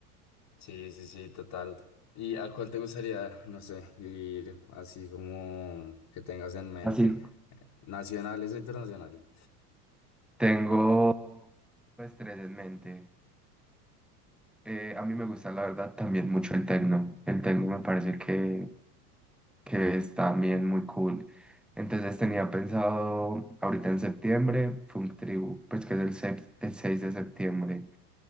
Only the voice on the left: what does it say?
Sí, sí, sí, total. ¿Y a cuál te gustaría, no sé, ir así como que tengas en mente?
¿Nacionales o internacionales?